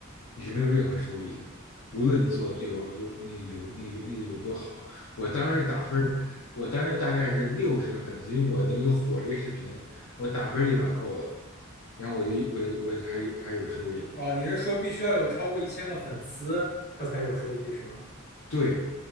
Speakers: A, on the left (about 65°); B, on the left (about 50°).
A: 你是没有任何收益的，无论你做得有有那个有那个有那个有多好。我当时打分儿，
B: 嗯，
A: 我当时大概是六十个粉丝，因为我那一个火这个视频，我打分立马够了，然后我就我就我就开始有开始有收益了。
B: 哦，你是说必须要有超过一千个粉丝，他才有收益是吗？
A: 对，